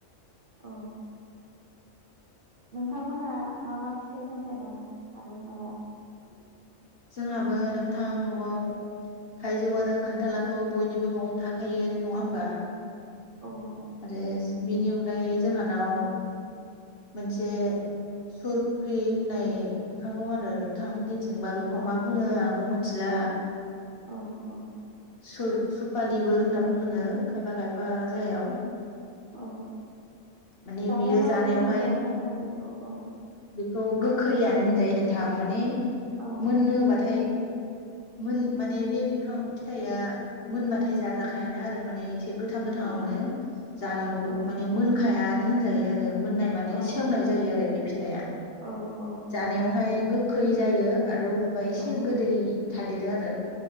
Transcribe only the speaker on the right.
औ। नोंथां मोनहा मा मा फिथाइ सामथाइ दं आरो न'आव।
अ।
औ
औ औ।
अ
जानायाव
माबायदि
मोनजायो नोंथां बेखौ अ।
औ
औ
औ
औ
औ औ
औ
औ